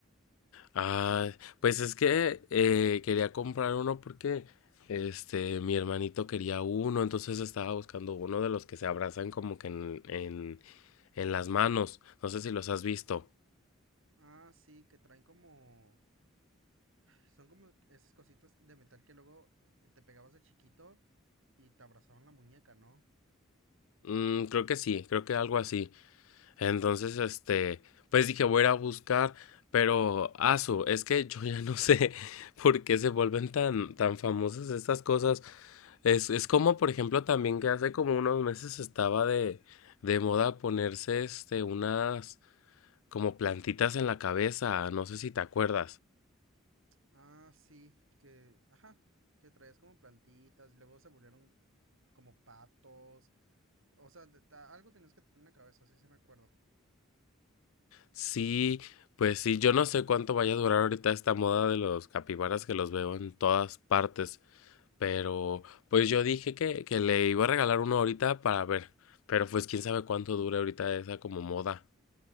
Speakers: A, on the left (about 80°); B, on the right (about 75°).
A: Ah, pues es que eh, quería comprar uno porque, este, mi hermanito quería uno, entonces estaba buscando uno de los que se abrazan como que en, en, en las manos. No sé si los has visto.
B: Ah, sí, que traen como... Son como esas cositas de metal que luego eh, te pegabas de chiquito y te abrazaban la muñeca, ¿no?
A: Mm, creo que sí, creo que algo así. Entonces, este, pues dije, voy a ir a buscar, pero asu, es que yo ya no sé <laughs> por qué se vuelven tan, tan famosas estas cosas. Es, es como, por ejemplo, también que hace como unos meses estaba de, de moda ponerse este, unas como plantitas en la cabeza, no sé si te acuerdas.
B: Ah, sí, que, ajá, que traías como plantitas y luego se volvieron como patos. O sea, te- ta- algo tenías que tener en la cabeza, sí, sí me acuerdo.
A: Sí, pues sí, yo no sé cuánto vaya a durar ahorita esta moda de los capibaras que los veo en todas partes. Pero pues yo dije que, que le iba a regalar uno ahorita para ver. Pero pues quién sabe cuánto dure ahorita esa como moda.